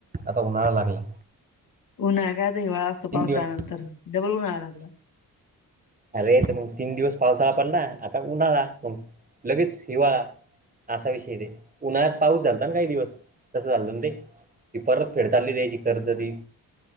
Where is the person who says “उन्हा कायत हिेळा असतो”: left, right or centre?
Left